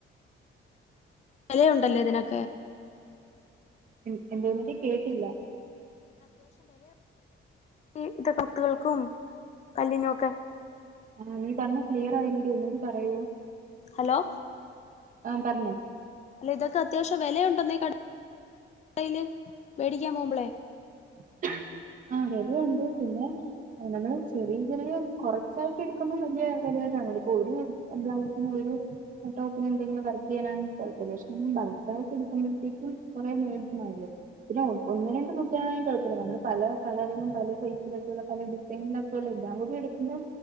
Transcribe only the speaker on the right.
ഉം എന്തോന്നെടീ കേട്ടില്ല
ആഹ് നീ പറഞ്ഞത് ക്ലിയർ ആയില്ലെടീ ഒന്നൂടി പറയോ
ആഹ് പറഞ്ഞോ
<inaudible> ആഹ് വിലയുണ്ട് പിന്നെ നമ്മള് ചെറിയ ചെറിയ കുറച്ചായിട്ട് എടുക്കുമ്പോ വലിയ വെലയായിട്ട് <unintelligible> ഒരു ബ്ലൗസിനും ഒരു ടോപ്പിനും എന്തെങ്കിലും വർക്ക് ചെയ്യാനാണെങ്കി കുഴപ്പം ല്ല. പക്ഷെ <unintelligible> എടുക്കുമ്പത്തേക്കും കുറെ മേടിക്കണം അല്ലോ. പിന്നെ ഒന്ന് രണ്ട് <unintelligible> കുഴപ്പല്ല. നമ്മള് പല കളർലും പല സൈസിലൊക്കെള്ള പല ഡിസൈൻലൊക്കെള്ള ഏല്ലാകൂടി എടുക്കുമ്പോ